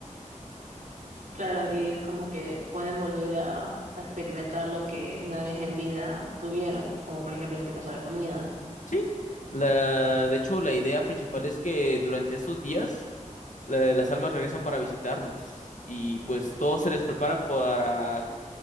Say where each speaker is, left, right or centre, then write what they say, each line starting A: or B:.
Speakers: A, on the right; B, on the left.
A: Claro, y es como que pueden volver a, a experimentar lo que una vez en vida tuvieron, como por ejemplo en este caso la comida.
B: Sí, la, de hecho, la idea principal es que durante estos días la- las almas regresan para visitarnos y pues todo se les prepara para,